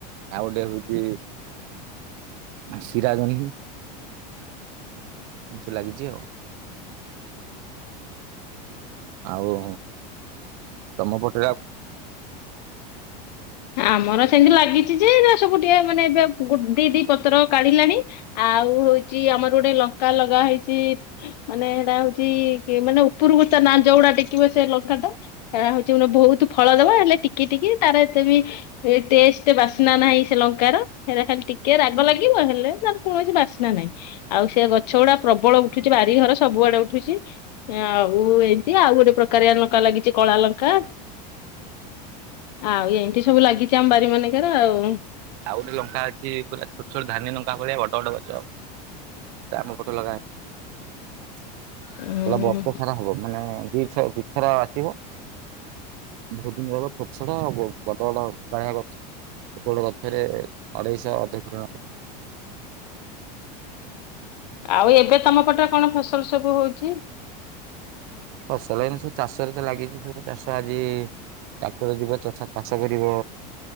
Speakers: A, on the right; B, on the left.
A: ଆଉ ଗୋଟେ ହଉଛି ଆ ସିରା ଜନ୍ହିଁ ଏମିତି ସବୁ ଲାଗିଛି ଆଉ। ଆଉ ତମ ପଟ?
B: ଆମର ସେମିତି ଲାଗିଛି ଯେ ସବୁ ସେମାନେ ଏବେ ଗୋ ଦି ଦି ପତ୍ର କାଢିଲାଣି ଆଉ ହଉଛି ଆମର ଗୋଟେ ଲଙ୍କା ଲଗା ହେଇଛି ମାନେ ସେଟା ହଉଛି ମାନେ ଉପରକୁ, ତା ନା ଯଉଡା ଟେକିବ ସେ ଲଙ୍କା ଟା ହଉଛି ମାନେ ବହୁତ ତ ଫଳ ଦବା ହେଲେ ଟିକି ଟିକି, ତାର ଏତେ ବି ଟେଷ୍ଟ ବାସ୍ନା ନାହିଁ, ସେ ଲଙ୍କାର ହେ ଟିକେ ରାଗ ଲାଗିବ, ହେଲେ ତାର କୌଣସି ବାସ୍ନା ନାହିଁ, ଆଉ ସେ ଗଛ ଗୁଡା ପ୍ରବଳ ଉଠୁଛି ବାରିଘର ସବୁଆଡେ ଉଠୁଛି, ଆଉ ଏଇତି ଆଉ ଗୋଟେ ପ୍ରକାରଆ ଲଙ୍କା ଲାଗିଛି, କଳା ଲଙ୍କା ଆଉ ଏମିତି ସବୁ ଲାଗିଛି ଆମ ବାରି ମାନଙ୍କର ଆଉ
A: ଆଉ ଗୋଟେ ଲଙ୍କା ଅଛି ପୁରା ଛୋଟ ଛୋଟ ଧାନୀ ଲଙ୍କା ଭଳିଆ, ବଡ ବଡ ଗଛ ଆଉ ଆମ ପଟ ଲଗା ହେଲା
B: ଉଁ
A: ବର୍ଷ ସାରା ହବ, ମାନେ ଦି ଥ ଦୁଇଥର ଆସିବ ବହୁତ ଦିନ ର ଛୋଟ ଛୋଟ କଥା ବଟ ଖବାଛ <unintelligible> ରେ ଅଢେଇଶହ ଅଧ
B: ଆଉ ଏବେ ତମ ପଟ କଣ ଫସଲ ସବୁ ହଉଛି?
A: ଫସଲ ଏଇନି ସବୁ, ଚାଷରେ ତ ଲାଗିଛି, ସବୁ ଚାଷ ଆଜି ଟାକୁର ଯିବା ତଥା ଚାଷ କରିବ,